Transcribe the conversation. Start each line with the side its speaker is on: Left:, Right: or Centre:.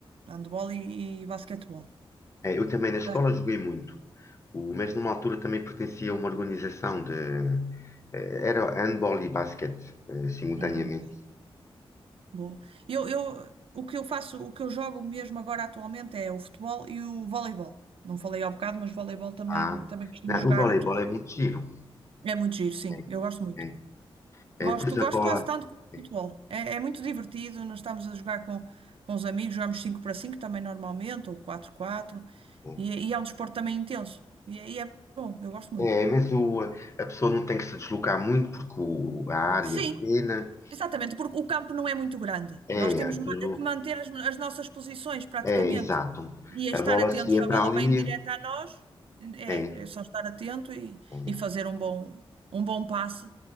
Right: Handball e, e basquetebol.
Left: Eh, eu também na escola
Right: Ah,
Left: joguei muito, O- mas numa altura também pertencia a uma organização de. eh, era handball e basquete, eh, simultaneamente.
Right: ah, ok. Boa. Eu, eu, o que eu faço, o que eu jogo mesmo agora atualmente é o futebol e o voleibol. Não falei ao bocado, mas voleibol também,
Left: Ah,
Right: também costumo
Left: não,
Right: jogar.
Left: o voleibol
Right: a todo-
Left: é muito giro.
Right: É muito giro, sim.
Left: É,
Right: Eu gosto muito.
Left: é,
Right: Gosto,
Left: é, pois
Right: gosto
Left: a bola.
Right: quase tanto como futebol.
Left: é,
Right: É, é muito divertido. Nós estamos a jogar com, com os amigos, jogamos 5 para 5 também normalmente, ou 4 quatro
Left: é.
Right: E, é e é um desporto também intenso. E, é e é bom, eu gosto muito.
Left: É, mas o, a pessoa não tem que se deslocar muito porque o- a área
Right: Sim,
Left: é pequena.
Right: exatamente, porque o campo não é muito grande.
Left: É,
Right: Nós temos
Left: aquilo.
Right: ma- que manter as, as nossas posições praticamente
Left: É, exato.
Right: e estar
Left: A bola
Right: atentos.
Left: seria
Right: Se a
Left: para
Right: bola
Left: ali.
Right: vem direta a nós, é,
Left: É,
Right: é só estar atento e,
Left: é,
Right: e fazer um bom, um bom passe